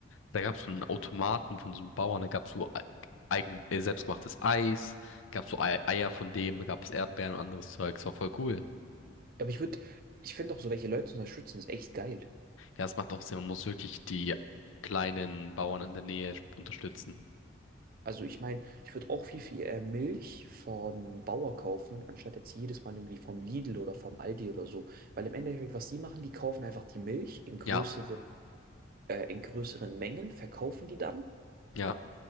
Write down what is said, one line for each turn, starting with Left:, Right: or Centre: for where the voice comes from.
Left: Da gab's so einen Automaten von so einem Bauern, da gab's so ei- eigen, äh, selbstgemachtes Eis, gab's so Ei- Eier von dem, da gab's Erdbeeren und anderes Zeug. Das war voll cool.
Right: Aber ich würde, ich finde auch so welche Leute zu unterstützen, ist echt geil.
Left: Ja, es macht auch Sinn. Man muss wirklich die kleinen Bauern in der Nähe unterstützen.
Right: Also ich meine, ich würde auch viel, viel äh, Milch vom Bauer kaufen, anstatt jetzt jedes Mal irgendwie vom Lidl oder vom Aldi oder so. Weil im Endeffekt, was die machen, die kaufen einfach die Milch in größere
Left: Ja,
Right: äh, in größeren Mengen, verkaufen die dann
Left: ja,